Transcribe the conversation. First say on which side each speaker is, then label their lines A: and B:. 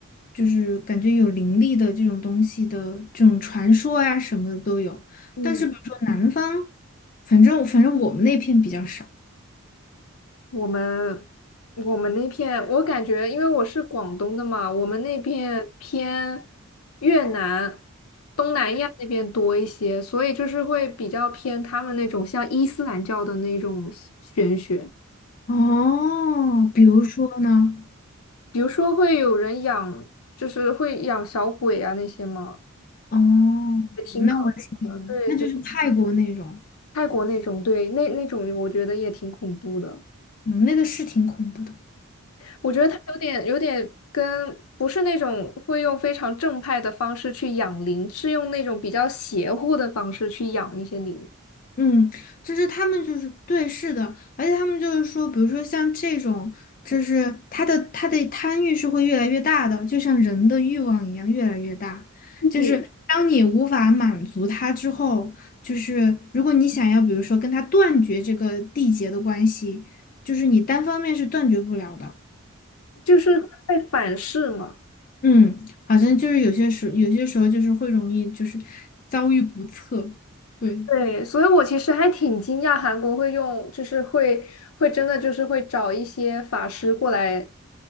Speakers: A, on the left (about 40°); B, on the left (about 80°).
A: 就是感觉有灵力的这种东西的这种传说呀、什么的都有。
B: 嗯，
A: 但是比如说南方，反正反正我们那片比较少。
B: 我们我们那片，我感觉，因为我是广东的嘛，我们那片偏越南、东南亚那边多一些，所以就是会比较偏他们那种像伊斯兰教的那种玄学，
A: 哦，比如说呢？
B: 比如说会有人养，就是会养小鬼啊那些嘛，
A: 哦，
B: 也挺可的。
A: 那我听，
B: 对对，
A: 那就是泰国那种，
B: 泰国那种，对，那那种我觉得也挺恐怖的。
A: 嗯，那个是挺恐怖的。
B: 我觉得他有点有点跟不是那种会用非常正派的方式去养灵，是用那种比较邪乎的方式去养一些灵，
A: 嗯，就是他们就是对，是的，而且他们就是说，比如说像这种，就是他的他的贪欲是会越来越大的，就像人的欲望一样越来越大。
B: 嗯，
A: 就是当你无法满足他之后，就是如果你想要，比如说跟他断绝这个缔结的关系，就是你单方面是断绝不了的。
B: 就是会反噬嘛。
A: 嗯，好像就是有些时有些时候就是会容易就是遭遇不测，对，
B: 对，所以我其实还挺惊讶韩国会用，就是会会真的就是会找一些法师过来